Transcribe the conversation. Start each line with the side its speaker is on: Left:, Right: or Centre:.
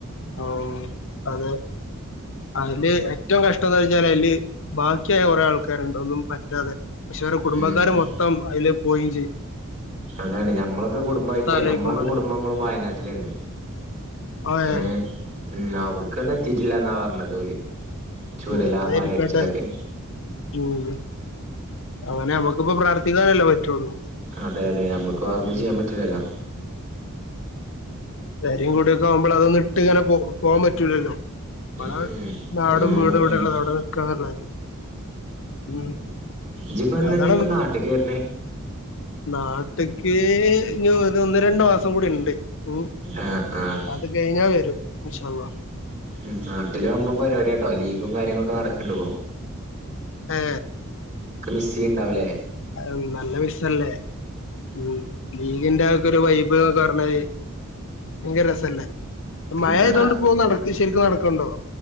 Left: ഓ അതെ അതില് ഏറ്റവും കഷ്ടം എന്ന് പറഞ്ഞാൽ അതില് ബാക്കിയായ കുറെേ ആൾക്കാരുണ്ട് ഒന്നും പറ്റാതെ പക്ഷെ അവരു കുടുംബക്കാര
Right: ഉം ഉം
Left: മൊത്തം അതില് പോയിഞ്ച്
Right: അതാണ് ഞമ്മളൊക്കെ കുടുംബമായിട്ട്
Left: ആലോചിക്കുമ്പോള്
Right: നമ്മളൊക്കെ കുടുംബങ്ങളും വയനാട്ടിലുണ്ട്
Left: ആഹ്
Right: ഏ ഉം അവിടക്കന്നെ എത്തിയിട്ടില്ല എന്നാ പറഞ്ഞതു ഓല് ചുരലാ
Left: ഉത്താരിക്കട്ടെ
Right: മലയിടിച്ചിലൊക്കെ
Left: ഉം അനെ നമ്മക്കിപ്പ പ്രാർത്ഥിക്കാനല്ലേ പറ്റുള്ളൂ
Right: അതെ അതെ നമ്മുക്ക് വേറൊന്നും
Left: ഉം
Right: ചെയ്യാൻ പറ്റൂലല്ലോ
Left: കാര്യം കൂടിയൊക്കെ ആവുമ്പോൾ അതൊന്നും ഇട്ട് ഇങ്ങനെ പോവാൻ പറ്റൂലല്ലോ നമ്മള
Right: ഉം
Left: നാടും
Right: ഒന്നും
Left: വീടും ഇവിടെള്ള
Right: നമുക്ക്
Left: അവിടെ നിക്കാന്നുള്ളേ ഉം
Right: ഇജ്ജിപ്പോ എന്നാ
Left: അതാണ്
Right: ഇനിയിപ്പോ നാട്ടിക്ക് വരണേ
Left: നാട്ട്ക്ക് ഒന്ന് രണ്ടു മാസം കൂടി ഇണ്ട് ഉം
Right: ആഹ് ആഹ്
Left: അത് കഴിഞ്ഞാൽ വരും <unintelligible>
Right: ഉം നാട്ടില് വമ്പൻ പരിപാടിയാട്ടോ ലീഗും കാര്യങ്ങളൊക്കെ നടക്കണ്ടണ്ട് ഇപ്പോ
Left: ഏ
Right: ഒക്കെ മിസ് ചെയ്യണണ്ടാവൂല്ലേ
Left: അ നല്ല മിസ്സല്ലേ ഉ ലീഗിന്റെ ആക്ക ഒരു വൈബ്ക്കെ പറഞ്ഞാല് ഭയങ്കര രസല്ലേ
Right: പിന്നെടാ
Left: മഴ ഇതുകൊണ്ട് പോക നടക്ക ശരിക്കും നടക്കണ്ടോ